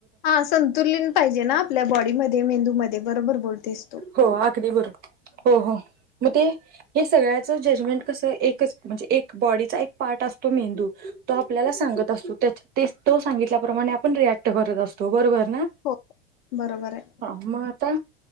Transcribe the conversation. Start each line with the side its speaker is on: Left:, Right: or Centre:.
Left: हा संतुलन पाहिजे, ना आपल्या बॉडीमध्ये मेंदू मध्ये बरोबर बोलतेसतू
Right: हो अगदी बरोबर हो हो मग ते हे सगळ्याच जजमेंट कस एकच म्हणजे एक बॉडीचा एक पार्ट असतो मेंदू तो आपल्याला सांगत असतो तो सांगितल्या प्र रियाक्ट करत असतो, बरोबर णा
Left: हो बरोबर आहे.
Right: हा मग आता